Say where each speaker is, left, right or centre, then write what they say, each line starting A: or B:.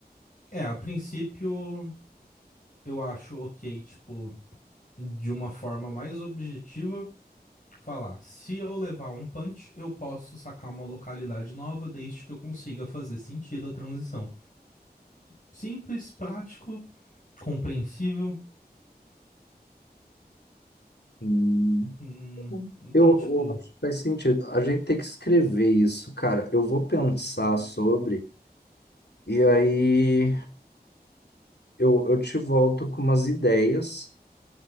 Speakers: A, on the left; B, on the left.
A: É, a princípio, eu acho ok, tipo, de uma forma mais objetiva, falar: se eu levar um punch, eu posso sacar uma localidade nova, desde que eu consiga fazer sentido a transição. Simples, prático, compreensível.
B: Hum,
A: hum, então,
B: eu,
A: tipo,
B: eu acho que faz sentido. A gente tem que escrever isso, cara. Eu vou pensar sobre, e aí. eu, eu te volto com umas ideias